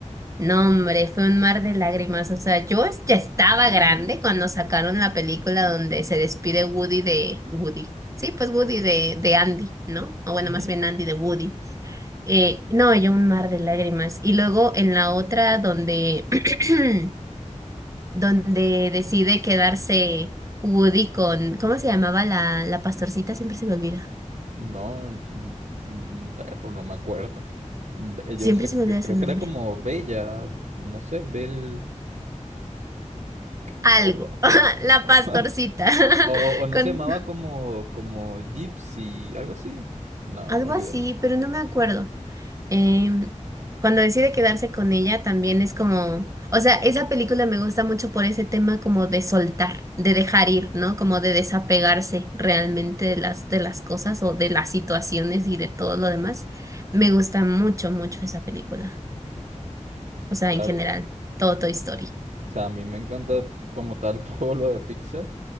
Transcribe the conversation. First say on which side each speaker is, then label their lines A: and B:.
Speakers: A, on the right; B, on the right.
A: No, hombre, fue un mar de lágrimas. O sea, yo es- ya estaba grande cuando sacaron la película donde se despide Woody de Woody. Sí, pues Woody de, de Andy, ¿no? O bueno,
B: Ujú.
A: más bien Andy de Woody. Eh, no, yo un mar de lágrimas. Y luego en la otra donde, <clears throat> donde decide quedarse Woody con, ¿cómo se llamaba la, la pastorcita? Siempre se me olvida.
B: No, mm, mm, perro, no me acuerdo. Mm,
A: Siempre
B: Yo sé
A: se
B: que
A: me olvida
B: creo
A: su nombre.
B: que era como Bella, no sé, Bel... <laughs>
A: Algo.
B: o-
A: <laughs> La
B: o- <laughs>
A: pastorcita. <laughs>
B: O, o- no
A: Con,
B: se llamaba como, como Gypsy, algo así. No,
A: Algo
B: olvídalo.
A: así, pero no me acuerdo. Em, cuando decide quedarse con ella también es como, o sea, esa película me gusta mucho por ese tema como de soltar, de dejar ir, ¿no? Como de desapegarse realmente de las, de las cosas o de las situaciones y de todo lo demás. Me gusta mucho, mucho esa película. O sea,
B: Claro,
A: en general,
B: claro.
A: todo Toy Story.
B: O sea, a mí me encanta como tal <laughs> todo lo de Pixar.